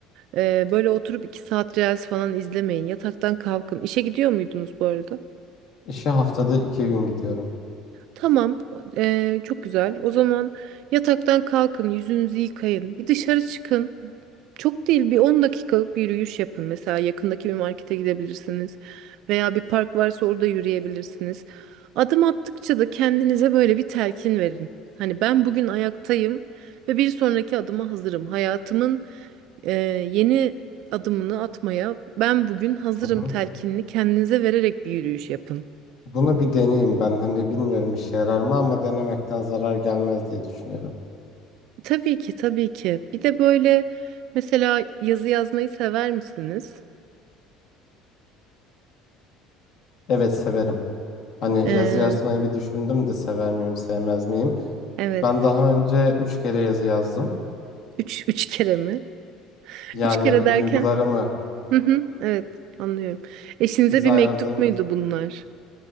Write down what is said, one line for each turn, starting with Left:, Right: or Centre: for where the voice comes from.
Right: Eee, böyle oturup iki saat reels falan izlemeyin. Yataktan kalkın. İşe gidiyor muydunuz bu arada?
Left: İşe haftada iki gün gidiyorum.
Right: Tamam, eee, çok güzel. O zaman yataktan kalkın, yüzünüzü yıkayın, bir dışarı çıkın. Çok değil, bir 10 dakikalık bir yürüyüş yapın. Mesela yakındaki bir markete gidebilirsiniz veya bir park varsa orada yürüyebilirsiniz. Adım attıkça da kendinize böyle bir telkin verin. Hani ben bugün ayaktayım ve bir sonraki adıma hazırım. Hayatımın eee, yeni adımını atmaya ben bugün hazırım
Left: Hı hı.
Right: telkinini kendinize vererek bir yürüyüş yapın.
Left: Bunu bir deneyeyim ben. Hani bilmiyorum işe yarar mı ama denemekten zarar gelmez diye düşünüyorum.
Right: Tabii ki tabii ki. Bir de böyle mesela yazı yazmayı sever misiniz?
Left: Evet severim. Hani
Right: Ee,
Left: yazı yazmayı bir düşündüm de sever miyim, sevmez miyim?
Right: evet.
Left: Ben daha önce üç kere yazı yazdım.
Right: Üç, üç kere mi? <laughs>
Left: Yani
Right: Üç kere derken?
Left: duygularımı
Right: Hı hı, evet anlıyorum. Eşinize
Left: biz
Right: bir
Left: ayrıldığımız
Right: mektup muydu bunlar?